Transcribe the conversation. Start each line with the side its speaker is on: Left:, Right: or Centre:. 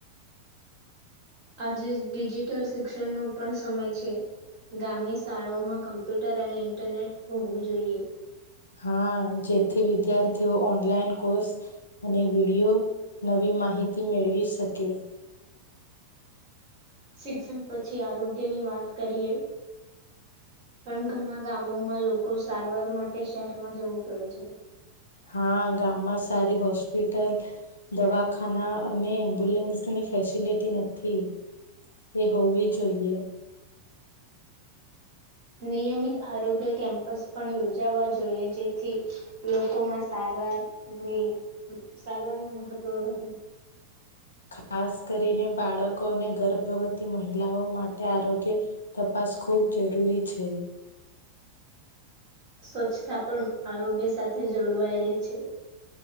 Right: આજે ડિજિટલ શિક્ષણનો પણ સમય છે ગામની શાળાઓમાં કમ્પ્યુટર અને ઇન્ટરનેટ હોવું જોઈએ
Left: હા જેથી વિદ્યાર્થીઓ ઓનલાઈન કોર્સ અને વિડીિયો નવી માહિતી મેળવી શકે
Right: શિક્ષણ પછી આરોગ્ય ની વાત કરીએ પણ ઘણા ગામોમાં લોકો સારવાર માટે શહેરમાં જવું પડે છે
Left: હા ગામમાં સારી હોસ્પિટલ દવાખાના અને એમ્બ્યુલન્સની ફેસિલિટી નથી એ હોવી જોઈએ
Right: નિયમિત આરોગ્ય કેમ્પસ પણ યોજાવા જોઈએ જેથી લોકોમાં સારવારની સારવારનું મહત્વ વધે
Left: ખાસ કરીને બાળકો અને ગર્ભવતી મહિલાઓ માટે આરોગ્ય તપાસ ખૂબ જરૂરી છે
Right: સ્વચ્છતા પણ આરોગ્ય સાથે જોડવાયેલી છે